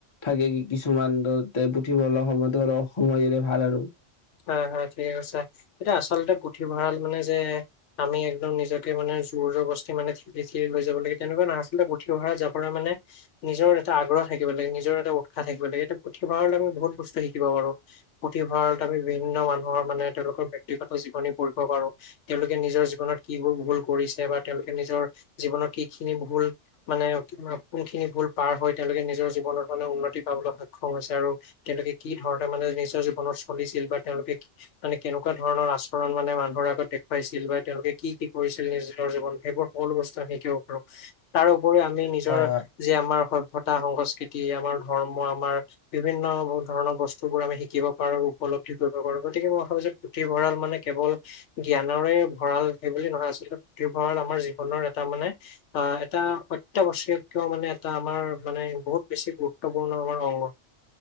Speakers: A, on the left; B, on the left.
A: থাকে কি কিছুমান পুথিভঁৰাল সময়ত হলে সময় দিলে ভাল আৰু
B: হয় হয় ঠিক আছে এতিয়া আচলতে পুথিভঁৰাল, মানে যে। আমি একদম নিজকে মানে জোৰ জোৰ বস্তি মানে ঠেলি লৈ যাব লাগে তেনেকুৱা নাছিলে পুঠি অহা জ পৰা মানে নিজৰ এটা আগ্ৰহ থাকিব লাগিব নিজৰ এটা উৎসাহ থাকিব লাগে এইটো পুথিভঁৰাল আমি বহুত বস্তু শিকিব পাৰোঁ পুথিভঁৰালত আমি বিভিন্ন মানুহৰ মানে তেওঁলোকৰ ব্যক্তিগত জীৱনী পঢ়িব পাৰোঁ তেওঁলোকে নিজৰ জীৱনত কিবোৰ ভুল কৰিছে বা তেওঁলোকে নিজৰ জীৱনত কি খিনি ভুল মানে কোনখিনি ভুল পাৰ হৈ তেওঁলোকে নিজৰ জীৱনত মানে উন্নতি পাবলৈ সক্ষম হৈছে আৰু তেওঁলোকে কি ধৰণে মানে নিজৰ জীৱনত চলিছিল বা তেওঁলোকে মানে কেনেকুৱা ধৰণৰ আচৰণ মানে মানুহৰ আগত দেখুৱাইছিল বা তেওঁলোকে কি কি কৰিছিল নিজৰ জীৱন সেইবোৰ সকলো‌‌ বস্তু আমি শিকিব পাৰোঁ তাৰপৰি আমি নিজৰ
A: হয় হয়
B: যে আমাৰ সভ্যতা সংস্কৃতি আমাৰ ধৰ্ম আমাৰ বিভিন্ন ধৰণৰ বস্তু বোৰ আমি শিকিব পাৰোঁ উপলব্ধি কৰিব পাৰোঁ গতিকে মই ভাবো যে পুথিভঁৰাল মানে কেৱল জ্ঞানৰে ভঁৰাল সেই বুলি নহয় আচলতে পুথিভঁৰাল আমাৰ জীৱনৰ এটা মানে অহ এটা অত্যাৱশ্যকীয় মানে এটা আমাৰ মানে বহুত বেছি গুৰুত্বপূৰ্ণ আমাৰ অংগ